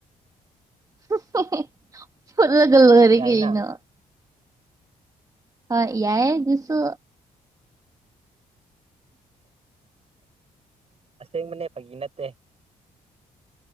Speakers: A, on the right; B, on the right.
A: ꯍꯨ ꯍꯦ ꯍꯦ ꯐꯨꯠꯂꯒ ꯂꯣꯏꯔꯣ
B: ꯌꯥꯏꯅ
A: ꯀꯩꯅꯣ ꯍꯣꯏ ꯌꯥꯏꯌꯦ ꯑꯗꯨꯁꯨ
B: ꯑꯁꯦꯡ ꯕꯅꯦ ꯐꯥꯒꯤ ꯅꯠꯇꯦ